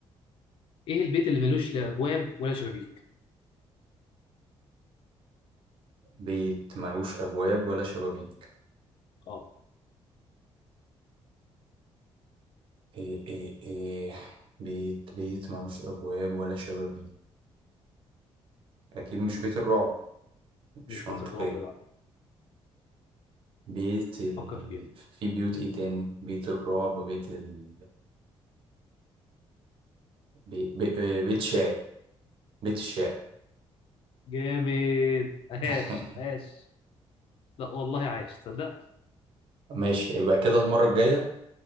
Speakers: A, on the left; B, on the right.
A: ايه البيت اللي ملوش لا ابواب ولا شبابيك
B: بيت ملوش ابواب ولا شبابيك
A: اه
B: ايه ايه ايه بيت بيت ملوش ابواب ولا شبابيك اكيد مش بيت الرعب مش
A: مش بيت
B: منطقية
A: الرعب لا
B: بيت ال...
A: فكر فيها
B: في بيوت ايه تاني بيت الرعب بيت ال... بي... بي... بيت شعر بيت الشعر
A: جامد عاش
B: <laughs>
A: عاش لا والله عايش تصدق
B: ماشي يبقى كده المرة الجاية